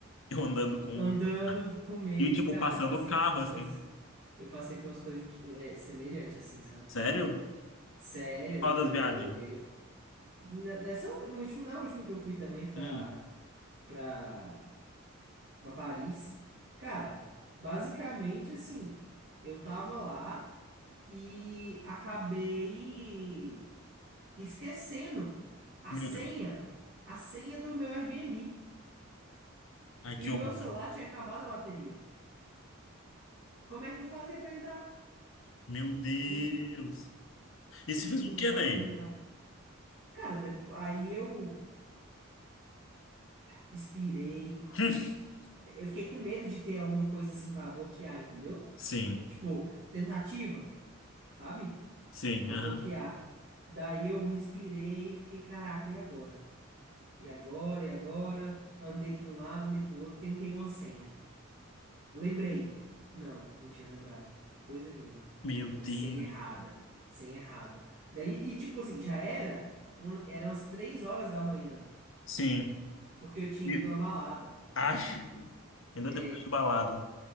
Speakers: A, on the left; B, on the right.
A: eu andando com.
B: andando com medo,
A: E, tipo,
B: cara,
A: passando
B: eu passei
A: o carro,
B: por umas
A: assim.
B: coisas, eu passei por umas coisas é, semelhantes, assim, sabe?
A: Sério?
B: Sério,
A: Qual
B: não,
A: das
B: eu,
A: viagens?
B: eu, eu na- nessa, no último, na última que eu fui também pra,
A: Hum,
B: pra, pra Paris, cara, basicamente, assim, eu tava lá e acabei esquecendo a
A: meu
B: senha,
A: Deus.
B: a senha do meu Airbnb,
A: Ai, que
B: e o
A: horror.
B: meu celular
A: né?
B: tinha acabado a bateria. Como é que eu fazia pra entrar?
A: Meu Deus.
B: Me
A: E
B: Me
A: se
B: diz
A: fez
B: como
A: o quê
B: eu faço
A: daí?
B: pra entrar. Cara, depo- aí eu respirei.
A: <laughs>
B: Eu fiquei com medo de ter alguma coisa assim pra bloquear, entendeu?
A: Sim,
B: Tipo, tentativa, sabe?
A: sim,
B: Pra
A: aham.
B: bloquear. Daí eu respirei e fiquei, caraca, e agora? E agora? E agora? Andei pra um lado, andei pro outro, tentei uma senha. Lembrei. Não, não tinha lembrado. Coisa nenhuma.
A: Meu Deus.
B: Senha errada. Senha errada. Daí, e tipo assim, já era, uma- eram as três horas da manhã,
A: Sim.
B: porque eu tinha
A: Meu...
B: ido numa balada.
A: Ai, ainda
B: É,
A: depois de balada.